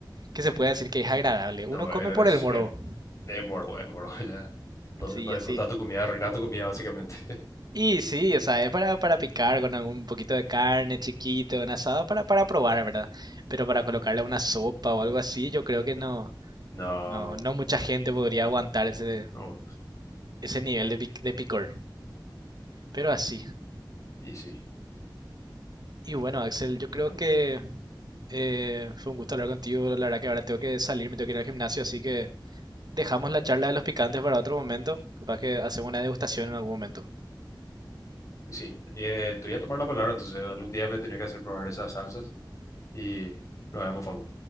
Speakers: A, on the right (about 55°); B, on the left (about 40°).
A: que se puede decir que es agradable,
B: no,
A: uno come
B: es,
A: por el morbo,
B: es, es moro, es moro. ya. No,
A: sí,
B: no disfrutas
A: así.
B: tu comida, arruinas tu comida, básicamente. <laughs>
A: Y sí, o sea, es para, para picar con algún poquito de carne chiquito, un asado, para, para probar, ¿verdad? Pero para colocarle a una sopa o algo así, yo creo que no,
B: No,
A: no, no mucha gente podría aguantar ese,
B: no.
A: ese nivel de, pic- de picor. Pero así.
B: Y sí.
A: Y bueno, Axel, yo creo
B: No.
A: que eh, fue un gusto hablar contigo. La verdad que ahora tengo que salir, me tengo que ir al gimnasio, así que dejamos la charla de los picantes para otro momento. Capaz que hacemos una degustación en algún momento.
B: Sí, eh, te voy a tomar la palabra, entonces algún día me tenía que hacer probar esas salsas y lo vemos, Facu.